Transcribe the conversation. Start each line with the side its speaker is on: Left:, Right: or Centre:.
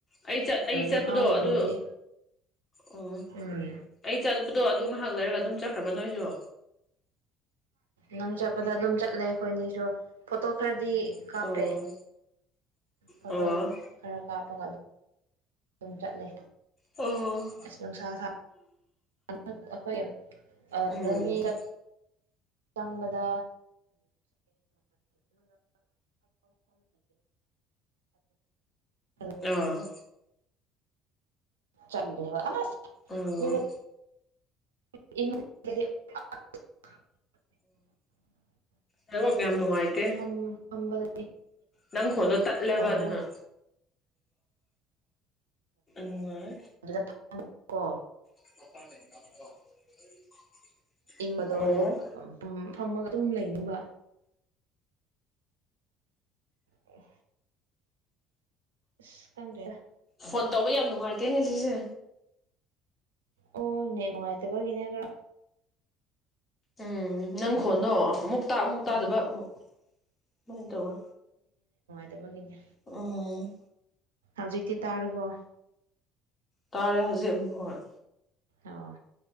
Left: ꯑꯩ ꯆꯠ ꯑꯩ
Right: ꯂꯣꯏꯕ
Left: ꯆꯠꯄꯗꯣ
Right: ꯐꯥꯎ ꯂꯩꯔꯗꯤ
Left: ꯑꯗꯨ ꯑꯣ
Right: ꯎꯝ
Left: ꯑꯩ ꯆꯠꯄꯗꯣ ꯑꯗꯨ ꯉꯥꯏꯍꯥꯛ ꯂꯩꯔꯒ ꯑꯗꯨꯝ ꯆꯠꯈ꯭ꯔꯕ ꯅꯣꯏꯁꯨ
Right: ꯅꯪ ꯆꯠꯄꯗ ꯑꯗꯨꯝ ꯆꯠꯂꯦ ꯑꯩꯈꯣꯏꯅꯤꯁꯨ ꯐꯣꯇꯣ ꯈꯔꯗꯤ
Left: ꯑꯣ
Right: ꯀꯥꯞꯄꯦ ꯐꯣꯇꯣ
Left: ꯑꯣ
Right: ꯈꯔ ꯀꯥꯞꯄꯒ ꯑꯗꯨꯝ ꯑꯗꯨꯝ ꯆꯠꯂꯦ
Left: ꯑꯣ
Right: ꯑꯁ ꯅꯨꯡꯁꯥ ꯁꯥ ꯑꯩꯈꯣꯏ
Left: ꯎꯝ
Right: ꯂꯝꯕꯤ ꯆꯪꯕꯗ <inaudible>
Left: ꯑ
Right: ꯆꯠꯂꯤꯕ ꯑꯥꯁ
Left: ꯑꯣ
Right: ꯑꯗꯨꯗ <unintelligible>
Left: ꯍꯔꯣꯛ ꯌꯥꯝ ꯅꯨꯡꯉꯥꯏꯇꯦ
Right: ꯐꯝ ꯐꯝꯕꯗꯗꯤ
Left: ꯅꯪ ꯈꯣꯟꯗꯣ ꯇꯠꯂꯦꯕ
Right: ꯑꯣ
Left: ꯑꯗꯨꯅ ꯅꯨꯡꯉꯥꯏ
Right: ꯑꯗꯨ ꯑꯪꯀꯣ
Left: <inaudible>
Right: ꯏ ꯃꯗꯨꯣ
Left: ꯑꯣ
Right: ꯑꯗꯨꯒ ꯐꯝꯃꯒ ꯑꯗꯨꯝ ꯂꯩꯅꯤꯡꯕ ꯑꯣ ꯑꯁ ꯈꯪꯗꯦ ꯗ
Left: ꯐꯣꯟ ꯇꯧꯕ ꯌꯥꯝ ꯅꯨꯡꯉꯥꯏꯇꯦꯅꯦ ꯁꯤꯁꯦ
Right: ꯑꯣ ꯅꯦꯠ ꯅꯨꯡꯉꯥꯏꯇꯕꯒꯤꯅꯦ ꯈꯔ
Left: ꯎꯝ ꯅꯪ ꯈꯣꯟꯗꯣꯛꯑꯣ ꯑꯃꯨꯛ ꯇ ꯑꯃꯨꯛ ꯇꯥꯗꯕ
Right: ꯎꯝ
Left: ꯑꯃꯨꯛ ꯁꯨꯃꯥꯏꯅ ꯇꯧꯋꯦ
Right: ꯇꯠꯇꯕꯒꯤꯅꯤ
Left: ꯎꯝ꯫
Right: ꯍꯧꯖꯤꯛꯇꯤ ꯇꯥꯔꯕꯣ꯫
Left: ꯇꯥꯔꯦ ꯍꯧꯖꯤꯛ ꯑꯃꯨꯛ ꯍꯣꯢ꯫
Right: ꯑꯣ꯫